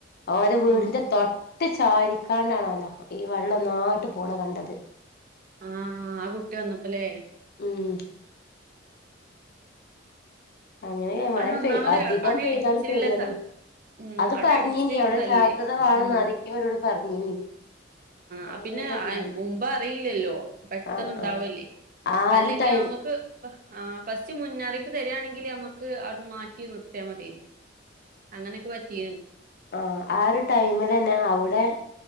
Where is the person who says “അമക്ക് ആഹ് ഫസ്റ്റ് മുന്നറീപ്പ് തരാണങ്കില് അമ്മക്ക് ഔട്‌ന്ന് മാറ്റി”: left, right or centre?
Right